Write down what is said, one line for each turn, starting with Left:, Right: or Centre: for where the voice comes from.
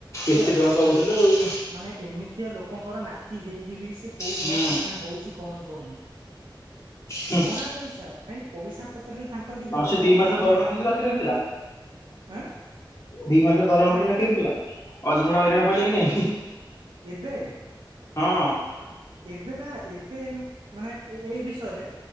Right: ହେଲା
Left: ଏତେ ଟଙ୍କା ପାଉଥିଲେ
Right: ଭାଇ
Left: ଆଉ।
Right: ମାନେ ଏମିତିଆ ଲୋକଙ୍କର ନାତି ହେଇକି ବି, ସେ କୋଉ
Left: ହୁଁ
Right: ଭଳିଆ ମାନେ ହଉଚି କହନି କହନି।
Left: ହୁଁ
Right: ଭଡ଼ା ପଇସା ଭାଇ ପଇସା ପତ୍ରରେ ତାଙ୍କର କିଛି
Left: ଆଉ ସେ ଦି
Right: ଅଭାବ
Left: ମାସ ଦରମା
Right: ନାହିଁ,
Left: କେମିତି
Right: କିନ୍ତୁ
Left: ବାକି
Right: କଣ
Left: ରଖିଥିଲା
Right: କହିଲୁ ଆଁ
Left: ଦି ମାସରେ ଦରମା
Right: କଣ
Left: <unintelligible> ଥିଲା ଅଯଥାରେ ହଇରାଣ ପଇଲେ କି ନାଇଁ।
Right: ଏବେ
Left: ହଁ।
Right: ଏବେ ବା ଏବେ ମାନେ ଏଇ ବିଷୟରେ,